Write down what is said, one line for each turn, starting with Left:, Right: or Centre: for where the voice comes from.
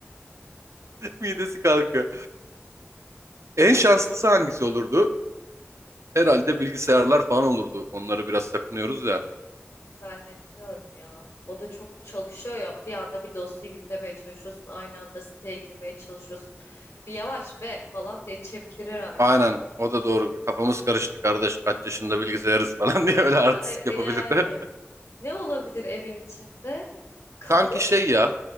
Right: Midesi kalkıyor. En
Left: Olabilir.
Right: şanslısı hangisi olurdu?
Left: Hmm,
Right: Herhalde bilgisayarlar falan olurdu. Onları biraz sakınıyoruz ya.
Left: zannetmiyorum ya. O da çok çalışıyor ya. Bir anda bir dosyayı yüklemeye çalışıyorsun. Aynı anda siteye girmeye çalışıyorsun. Bir yavaş be falan diye çemkirir artık.
Right: Aynen o da doğru. Kafamız karıştı kardeş kaç yaşında bilgisayarız falan <laughs> diye öyle artistik
Left: Ha, e,
Right: yapabilirdi.
Left: e, yani ne olabilir evin içinde?
Right: <laughs>
Left: Kapı?
Right: Sanki şey ya